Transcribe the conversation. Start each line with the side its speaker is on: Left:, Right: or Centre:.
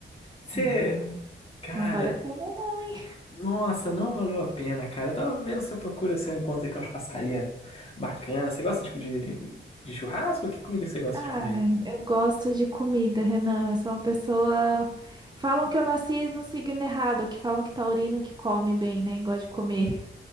Left: Você.
Right: Ah,
Left: Cara,
Right: não vale a pena não, hein?
Left: Nossa, não valeu a pena, cara. Eu tava vendo se eu procuro, se eu encontro aqui uma churrascaria bacana. Você gosta de, de, de churrasco? Que comida que você gosta
Right: Ah,
Left: de comer?
Right: eu gosto de comida, Renan. Eu sou uma pessoa. Falam que eu nasci no signo errado, que falam que taurino que come bem, né? e Gosta de comer. <laughs>